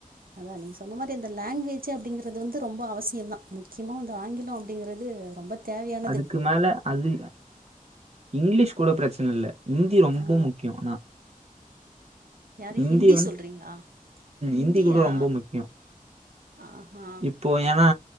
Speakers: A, on the right (about 80°); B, on the right (about 45°).
A: அதா நீங்க சொன்ன மாரி அந்த லாங்குவேஜ் அப்படிங்கிறது வந்து ரொம்ப அவசியம் தா முக்கியமா அந்த ஆங்கிலம் அப்படிங்கிறது ரொம்ப தேவையானது
B: அதுக்கு மேல அது இங்கிலீஷ் கூட பிரச்சன இல்ல இந்தி ரொம்ப
A: ஆ
B: முக்கியோ ஆனா
A: யாரு
B: இந்தி
A: ஹிந்தி
B: உம்
A: சொல்றீங்களா ஹிந்தியா
B: இந்தி கூட ரொம்ப முக்கியோ
A: ஆஹா
B: இப்போ ஏனா